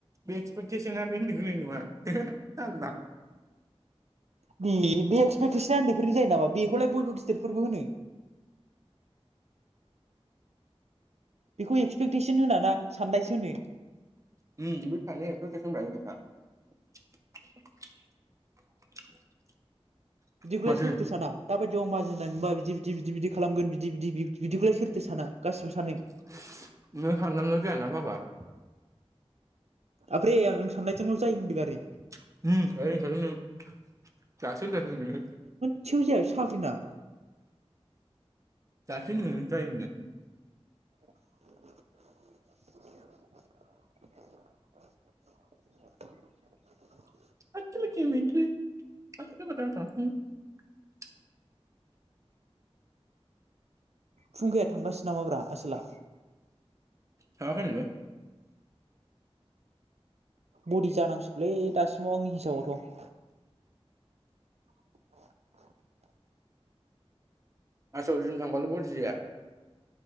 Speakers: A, on the right; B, on the right.
A: बे एक्सपेक्टेसना बे होनै गोलै नङा <inaudible>
B: बे बे एक्सपेक्टेसना उन्दैफोरनि जायो नामा बेखौलाय बयबो गिदिरफोरबो होनो बेखौ एक्सपेक्टेसन होनााना साननायसो होनो
A: <unintelligible>
B: बिदिखौलाय
A: माथो
B: सोरथो साना दाबायदियाव आं माहाजोन <unintelligible> बिदि बिदि बिदि बिदि खालामगोन बिदि बिदि बिदिखौलाय सोरथो साना
A: <unintelligible>
B: गासिबो सानो ओफ्राय आं नों साननायजोंल' जायो होनदों आरो।
A: <unintelligible> दासो होनथारदों नोङो।
B: सेेबो जाया बे साफ्रिना
A: दासो होनदों नों जायो होननानै
B: <inaudible>
A: <unintelligible> <unintelligible>
B: फुंखाया थांगासिनो नामाब्रा आसोला
A: थाङाखै नो
B: बिदि जानांसिगौलै दासिमाव आंनि हिसाबावथ' <inaudible>
A: आदसा‌ जिम‌ थांबाल‌ बदि‌ जाया